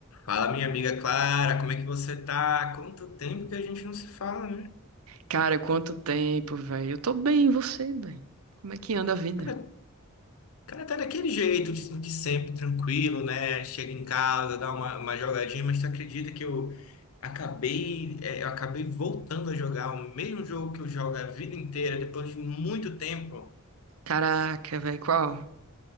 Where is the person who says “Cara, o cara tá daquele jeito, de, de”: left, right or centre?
Left